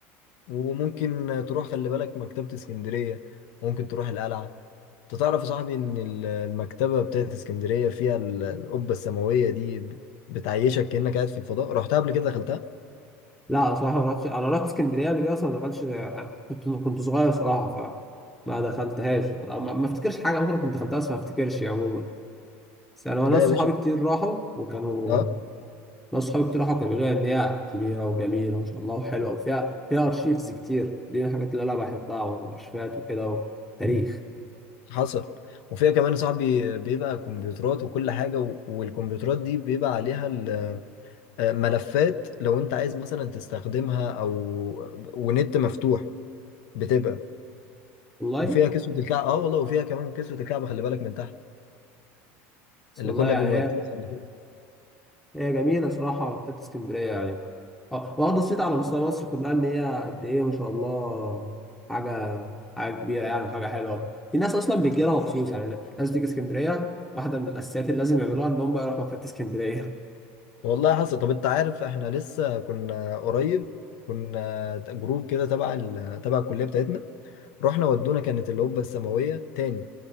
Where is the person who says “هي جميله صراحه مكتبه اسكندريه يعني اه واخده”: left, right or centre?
Centre